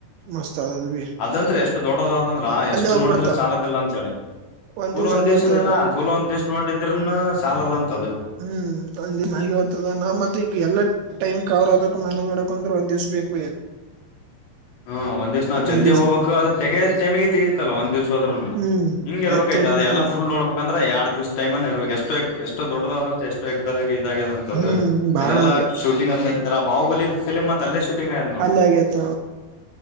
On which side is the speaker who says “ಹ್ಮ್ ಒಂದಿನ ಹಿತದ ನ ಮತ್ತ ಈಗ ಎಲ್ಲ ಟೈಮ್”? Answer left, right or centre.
Right